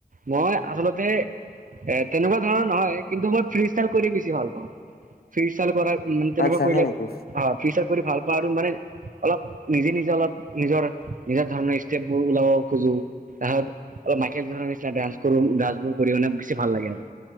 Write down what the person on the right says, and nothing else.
মই আচলতে এ তেনেকুৱা ধৰণৰ নহয়। কিন্তু মই ফ্ৰী ষ্টাইল কৰি বেছি ভাল পাওঁ। ফ্ৰী ষ্টাইল কৰা উম' মানে তেনেকুৱা
কৰিলে
বা ফিউচাৰ কৰি ভাল পাওঁ আৰু মানে অলপ নিজে নিজে অলপ নিজৰ নিজৰ ধৰণৰ ষ্টেপবোৰ ওলাব খোজো তাৰাহত অলপ মাইকেলৰ নিচিনা ডান্স কৰোঁ ডান্সবোৰ কৰি মানে বেছি ভাল লাগে আৰু।